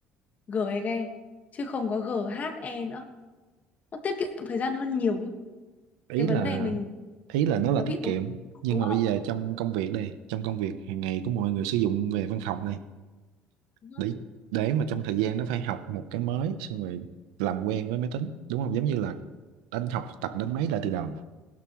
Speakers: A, on the left; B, on the right.
A: g e ghe chứ không có g h e nữa nó tiết kiệm thời gian hơn nhiều chứ
B: ý
A: cái vấn
B: là
A: đề mình
B: ý là nó là
A: nó bị
B: tiết
A: tốn
B: kiệm nhưng
A: đúng
B: mà
A: không
B: bây giờ trong công việc đây trong công việc hàng ngày của mọi người sử dụng về văn phòng đây
A: Ừ,
B: để để mà trong thời gian nó phải học một cái mới xong rồi làm quen với máy tính đúng không giống như là đánh học tập đánh máy lại từ đầu